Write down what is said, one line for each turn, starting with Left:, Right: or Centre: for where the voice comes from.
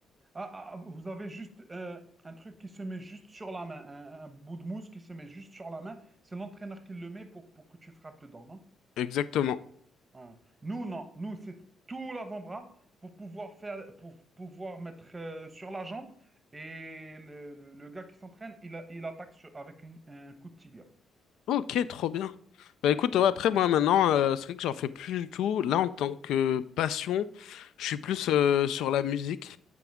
Right: Ah, ah, ah, vous avez juste euh, un truc qui se met juste sur la main, un, un bout de mousse qui se met juste sur la main. C'est l'entraîneur qui le met pour, pour que tu frappes dedans, non?
Left: Exactement.
Right: Hein. Nous, non. Nous, c'est tout l'avant-bras pour pouvoir faire, pour pouvoir mettre euh, sur la jambe. Et le, le- le gars qui s'entraîne, il, a- il attaque sur- avec une- un coup de tibia.
Left: Ok, trop bien. Bah écoute, ouais,
Right: Oui.
Left: après moi maintenant, euh, c'est vrai que j'en fais plus du tout. Là, en tant que passion, je suis plus euh, sur la musique.